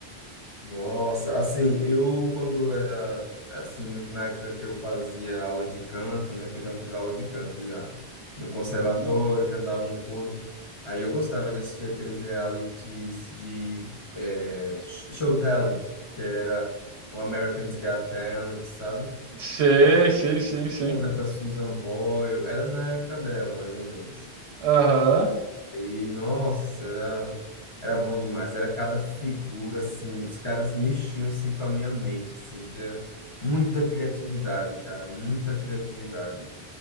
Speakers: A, on the left; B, on the right.
A: nossa, assim, eu quando era, assim, na época que eu fazia aula de canto, né? Que eu já fiz aula de canto já, no conservatório,
B: Ah,
A: cantava no coro. Aí eu gostava de assistir aqueles realities de eh, Show Talent, que era o American's Got Talent, sabe?
B: sim, sim, sim, sim.
A: Lembra da Susan Boyle? Era na época dela, mais ou menos.
B: Aham.
A: E, nossa, era, era bom demais. Era cada figura, assim, os caras mexiam, assim, com a minha mente, assim, que era muita criatividade, cara, muita criatividade.